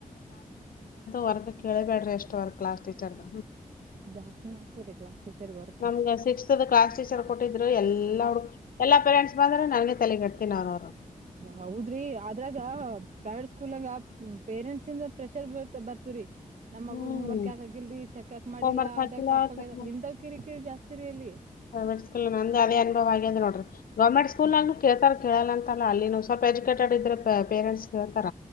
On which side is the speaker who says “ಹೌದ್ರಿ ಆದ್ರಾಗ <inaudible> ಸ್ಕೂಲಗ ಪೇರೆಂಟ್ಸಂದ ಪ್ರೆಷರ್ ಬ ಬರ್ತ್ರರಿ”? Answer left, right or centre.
Right